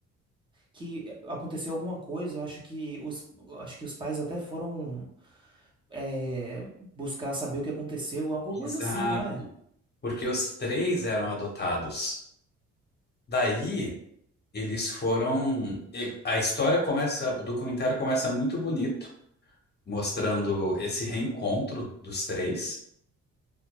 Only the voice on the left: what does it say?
Exato.
porque os três eram adotados. Daí eles foram. e- A história começa, o documentário começa muito bonito, mostrando esse reencontro dos três.